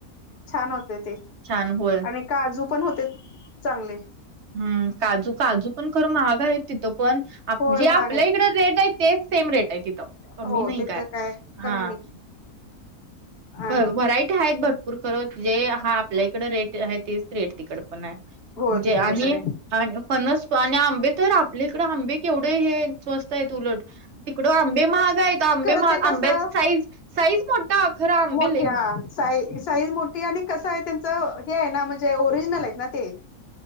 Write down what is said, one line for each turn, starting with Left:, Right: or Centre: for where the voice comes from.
Left: छान होते ते,
Right: छान होय.
Left: आणि काजू पण होते, चांगले.
Right: हम्म काजू काजू पण खरं महाग आहेत तिथं पण.
Left: होय
Right: जे आपल्या
Left: महाग आहेत
Right: इकड रेट आहे तेच सेम रेट आहे तिथं कमी
Left: हो
Right: नाही
Left: तिथं
Right: काय
Left: कमी
Right: हा.
Left: नाही आणि
Right: व्हरायटी आहेत भरपूर खरं जे हा आपल्या इकड रेट आहे तेच रेट तिकड पण आहे,
Left: होय
Right: म्हणजे
Left: तिकडं
Right: आणि
Left: पण आहे
Right: आणि फणस आणि आंबे तर आपल्याकडे आंबे केवढे हे स्वस्त तईत उलट, तिकड आंबे महाग आहेत आंबे
Left: खरं
Right: महाग
Left: ते कसं
Right: आंब्याच साईज साईज मोठा. खरं आंबे
Left: मोठ्या.
Right: लई महाग.
Left: साई साईज मोठी आणि कसं आहे त्यांच हे आहे ना म्हणजे ओरिजनल आहेत ना ते.